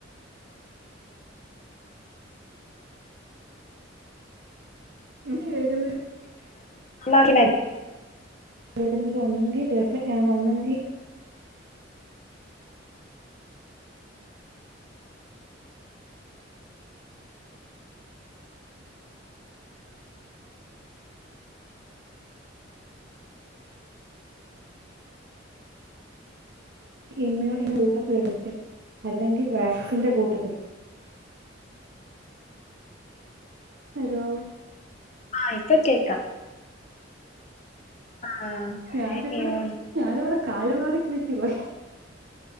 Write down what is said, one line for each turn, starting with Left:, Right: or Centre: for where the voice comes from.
Right: ആ <unintelligible>
Left: മാർക്കിന
Right: ഏതെങ്കിലും ഒന്നെങ്കിൽ <inaudible> ഒന്നെങ്കിൽ ഇമയു <unintelligible> അല്ലെങ്കിൽ വാക്സിൻ്റെ കൂട്ടത്തിൽ ഹലോ
Left: ആ ഇപ്പൊ കേക്കാം ആ,
Right: ഞാനിവിടെ
Left: അയ്യോ,
Right: ഞാനിവിടെ കാല മാറി കുളിക്ക്വാ